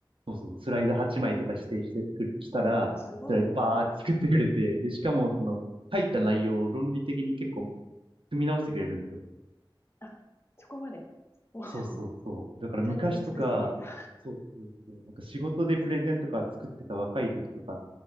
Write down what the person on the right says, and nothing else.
そうそう、スライド8枚とか指定してくる、したら、
スライドバーって作ってくれて、で、しかもその、書いた内容を論理的に結構、組み直してくれるんですよ。
そうそうそう。だから昔とか、
そうそうそう。なんか仕事でプレゼンとか作ってた若い時とか